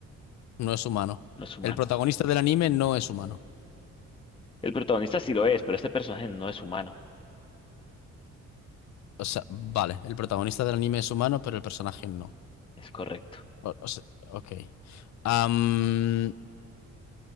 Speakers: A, on the left; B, on the left.
A: No es humano.
B: no es humano.
A: El protagonista del anime no es humano.
B: El protagonista sí lo es, pero este personaje no es humano.
A: O sea, vale, el protagonista del anime es humano, pero el personaje no.
B: Es correcto.
A: O- o sea, ok. Am,